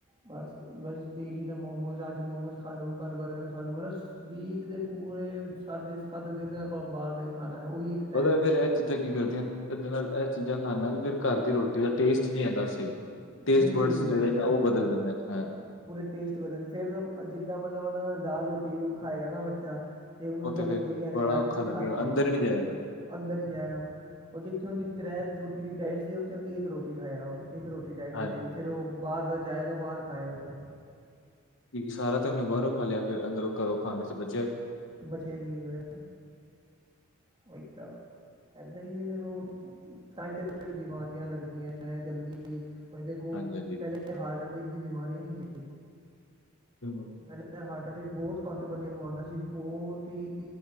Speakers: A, on the right; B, on the left.
A: ਬਸ-ਬਸ ਡੇਲੀ ਦਾ ਮੋਮੋਜ ਅੱਜ ਮੋਮੋਜ ਖਾ ਲੋ, ਕੱਲ ਬਰਗਰ ਖਾ ਲੋ ਬਸ। ਵੀਕ ਦੇ ਪੂਰੇ ਸੱਤ ਦੇ ਸੱਤ ਦਿਨ ਆਪਾਂ ਬਾਹਰ ਦਾ ਈ ਖਾਣਾ ਐ, ਉਹ ਵੀ ਇੱਕ ਟੇਮ।
B: ਪਤਾ ਫੇਰ ਇਹ ਚੀਜ਼ਾਂ ਕੀ ਕਰਦੀਆਂ ਅਨ ਇਹਦੇ ਨਾਲ ਇਹ ਚੀਜ਼ਾਂ ਖਾਣ ਨਾਲ ਫੇਰ ਘਰ ਦੀ ਰੋਟੀ ਦਾ ਟੇਸਟ ਨੀ ਆਂਦਾ ਸਹੀ। ਟੇਸਟ
A: ਬਿਲਕੁਲ
B: ਵਰਡਸ
A: ਬਿਲਕੁਲ
B: ਜਿਹੜੇ
A: ਸਹੀ
B: ਨੇ ਉਹ ਬਦਲ ਜਾਂਦੇ ਨੇ ਹੈ।
A: ਪੂਰੇ ਟੇਸਟ ਵਧਣ ਫੇਰ ਜਿੱਦਾਂ ਮਲਬਣ ਦਾਲ ਰੋਟੀ ਯੂ ਖਾਏਗਾ ਨਾ ਬੱਚਾ। 'ਤੇ ਉਹਨੂੰ
B: ਉਹ
A: ਇੱਦਾਂ ਲੱਗੇਗੀ
B: ਫੇਰ
A: ਅਰੇ
B: ਬੜਾ
A: ਯਾਰ
B: ਔਖਾ
A: ਕੀ ਖਾ
B: ਲੱਗੇਗਾ
A: ਰਵਾਂ।
B: ਅੰਦਰ ਹੀ ਨਹੀਂ ਜਾਏਗਾ।
A: ਅੰਦਰ ਈ ਜਾਏਗਾ ਉਹ ਜਿੱਥੇ ਉਹਦੀ ਤਰੈ ਰੋਟੀ ਦੀ ਡਾਇਟ ਸੀ ਉੱਥੇ ਓਹੁੰਦੀ ਇੱਕ ਰੋਟੀ ਖਾਏਗਾ ਉਹ। ਇੱਕ ਰੋਟੀ ਡਾਈਟ
B: ਹਾਂਜੀ
A: ਹੋ ਜਾਏਗੀ, ਫਿਰ ਉਹ ਬਾਹਰ ਦਾ ਜਾਏਗਾ ਬਾਹਰ ਖਾਏਗਾ ਫੇਰ।
B: ਕਿਓਂਕਿ ਸਾਰਾ ਤੇ ਓਨੇ ਬਾਰੋਂ ਖਾ ਲੇਆ ਫੇਰ ਅੰਦਰੋਂ ਘਰੋਂ ਖਾਨ ਨੂੰ ਤੇ ਬਚੇਆ
A: ਬਚੇਆ ਈ ਹੋਏਆ ਓਈ ਤਾ ਏਦਾਂ ਈ ਏਦੇ ਕੋਲ, ਤਾਂਈ ਤਾਂ ਫੇਰ ਬਿਮਾਰੀਆਂ ਲੱਗਦੀਆਂ ਐਂ ਜਲਦੀ। ਹੁਨ ਦੇਖੋ
B: ਹਾਂਜੀ-ਹਾਂਜੀ।
A: ਪੈਲੇ ਹਾਰਟ ਅਟੈਕ ਦੀ ਬਿਮਾਰੀ ਨਈ ਸੀ।
B: ਤੇਨੂੰ-
A: ਪੈਲੇ ਤਾਂ ਹਾਰਟ ਅਟੈਕ ਬੋਤ ਘੱਟ ਬੰਦੇਆਂ ਨੂੰ ਆਂਦਾ ਸੀ ਬੋਤ ਈ